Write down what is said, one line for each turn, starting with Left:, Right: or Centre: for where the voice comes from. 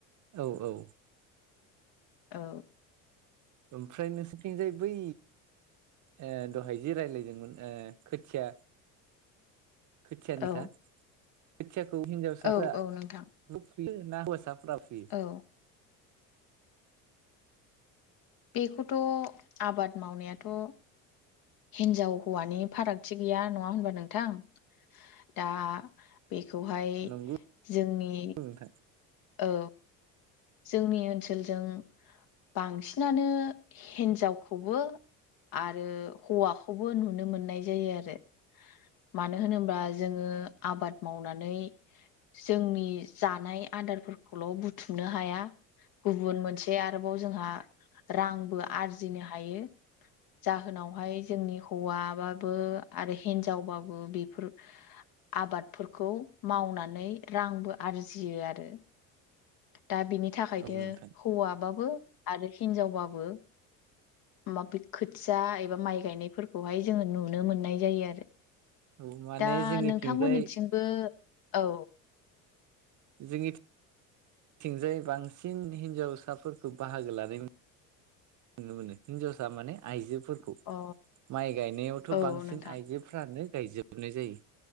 Right: औ औ
Left: औ
Right: ओमफ्राय नोंसोरथिंजाय बै ओ दहाय जि रायलायदोंमोन ओ खोथिया खोथियानि
Left: औ
Right: था खोथियाखौ हिनजावसाफ्रा
Left: औ औ नोंथां
Right: बो फुयो ना हौवासाफ्रा फुयो?
Left: औ बेखौथ' आबाद मावनायाथ' हिनजाव हौवानि फारागथि गैया नङा होनबा नोंथां दा बेखौहाय
Right: नंगौ
Left: जोंनि
Right: नोंथां
Left: औ। जोंनि ओनसोलजों बांसिनानो हिन्जावखौबो आरो हौवाखौबो नुनो मोननाय जायो आरो। मानो होनोब्ला जोङो आबाद मावनानै जोंनि जानाय आदारफोरखौल' बुथुमनो हा हाया गुबुन मोनसे आरोबाव जोंहा रांबो आरजिनो हायो। जाहोनावहाय जोंनि हौवाबाबो आरो हिन्जावबाबो बेफोर आबादफोरखौ मावनानै रांबो आरजियो आरो। दा बिनि थाखायनो
Right: औ नोंथां
Left: हौवाबाबो आरो हिनजावबाबो माबे खोथिया एबा माइ गायनायफोरखौहाय जोङो नुनो मोननाय जायो आरो।
Right: औ माने
Left: दा
Right: जोंनिथिंजाय
Left: नोंथांमोननिथिंबो औ
Right: जोंनिथिंजाय बांसिन हिनजावसाफोरखौ बाहागो लानाय नुनो मोनो। नुनो मोनो हिन्जावसा माने आइजोफोरखौ
Left: अ
Right: माइ गायनायावथ'
Left: औ
Right: बांसिन
Left: नोंथां
Right: आइजोफ्रानो गायजोबनाय जायो